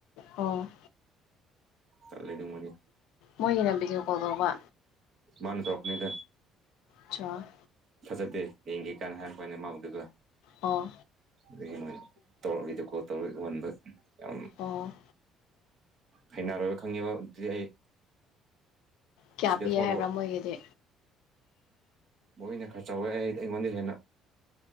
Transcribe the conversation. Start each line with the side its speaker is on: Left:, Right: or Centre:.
Left: ꯑꯣ
Right: ꯆꯠꯂꯦꯗꯥ ꯃꯣꯏꯗꯤ
Left: ꯃꯣꯏꯒꯤꯅ ꯚꯤꯗꯤꯑꯣ ꯀꯣꯜ ꯇꯧꯕ
Right: ꯃꯥꯅ ꯇ꯭ꯧꯔꯛꯄꯅꯤꯗ
Left: ꯆꯥ
Right: ꯐꯖꯗꯦ ꯌꯦꯡꯒꯦ ꯀꯥꯏꯅ ꯍꯥꯏꯔꯛꯄꯅꯦ ꯃꯥꯕꯨ ꯗꯨꯒ
Left: ꯑꯣ
Right: ꯀꯔꯤꯒꯤ ꯅꯣꯏ ꯇꯧꯔ ꯚꯤꯗꯤꯑꯣꯀꯣꯜ ꯇꯧꯔ ꯎꯍꯟꯕ ꯌꯥꯝ
Left: ꯑꯣ
Right: ꯍꯩꯅꯔꯣꯏꯕ ꯈꯪꯉꯦꯕ ꯑꯗꯨꯗꯤ ꯑꯩ
Left: ꯀꯌꯥ
Right: ꯁꯤꯗ
Left: ꯄꯤ
Right: ꯐꯥꯎꯕ
Left: ꯍꯥꯏꯕ꯭ꯔꯥ ꯃꯣꯏꯒꯤꯗꯤ
Right: ꯃꯣꯏꯅ ꯈꯔ ꯆꯥꯎꯋꯦ ꯑꯩ ꯑꯩꯉꯣꯟꯗꯩ ꯍꯦꯟꯅ